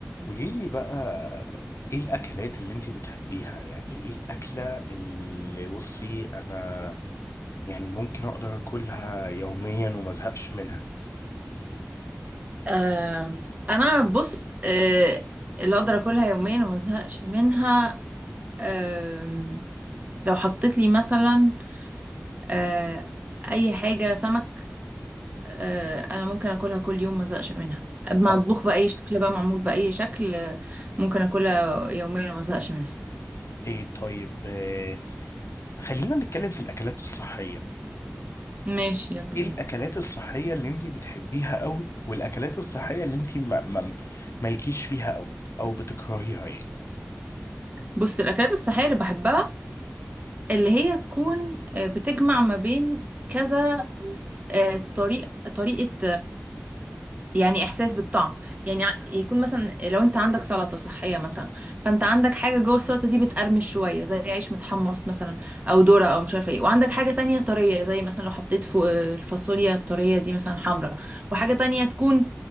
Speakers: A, on the left; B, on the right.
A: قولي لي بقى ايه الاكلات اللي انت بتحبيها يعني ايه الاكله اللي بصي انا يعني ممكن اقدر اكلها يوميا وما ازهقش منها
B: آه انا بص آه اللي اقدر اكلها يوميا وما ازهقش منها آه لو حطيت لي مثلا آه اي حاجه سمك آه انا ممكن اكلها كل يوم ما ازهقش منها مطبوخ
A: آه.
B: باي شكل بقى معمول باي شكل آه، ممكن اكلها يوميا وما ازهقش منها
A: ايه طيب آه، خلينا نتكلم في الاكلات الصحيه
B: ماشي يلا
A: ايه
B: بينا
A: الاكلات الصحيه اللي انت بتحبيها قوي والاكلات الصحيه اللي انت ما ما مالكيش فيها قوي او بتكرهيها يعني
B: بص الاكلات الصحيه اللي بحبها اللي هي تكون آه، بتجمع ما بين كذا آه، طريق طريقه يعني احساس بالطعم يعني ع- يكون مثلا لو انت عندك سلطه صحيه مثلا فانت عندك حاجه جوه السلطه دي بتقرمش شويه زي عيش متحمص مثلا او ذره او مش عارفه ايه وعندك حاجه تانية طريه زي مثلا لو حطيت فوق الفاصوليا الطريه دي مثلا حمراء وحاجه تانية تكون